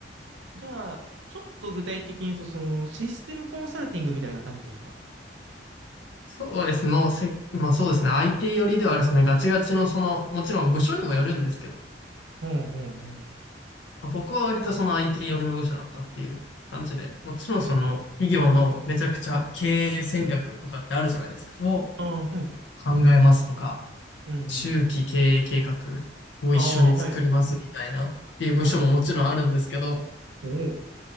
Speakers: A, on the right (about 85°); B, on the left (about 75°).
A: じゃあ、ちょっと具体的に言うと、その、システムコンサルティングみたいな感じですか
B: そうですの、せ、まあそうですね。IT 寄りではあれですね。ガチガチのその、もちろん部署にもよるんですけど、
A: うんうんうん。
B: まあ僕は割とその IT 寄りの部署だったっていう感じで、もちろんその企業のめちゃくちゃ経営戦略とかってあるじゃないですか。
A: はい、はい。
B: を
A: ああ、はい。
B: 考えますとか、
A: うんうんうん。
B: 中期経営計画を一緒に作りますみたいなっていう部署ももちろんあるんですけど、
A: ああ、はい、はい。
B: っ
A: おお。